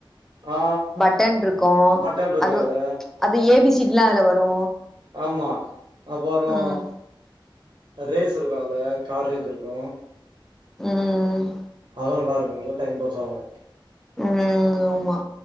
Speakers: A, on the right (about 60°); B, in the centre.
A: ஆ
B: பட்டன்ருக்கு
A: பட்டன் இருக்கு
B: அது
A: அதுல
B: அது ஏ பி சி டில்லா அதுல வரு
A: ஆமா அப்பறோ
B: ம்
A: ரேஸ் இருக்கு அதுல கார் ரேஸ் இருக்கு
B: ம்
A: அப்பதா நல்லா இருக்கு நல்லா டைம் பாஸ் ஆகு
B: ம் ஆமா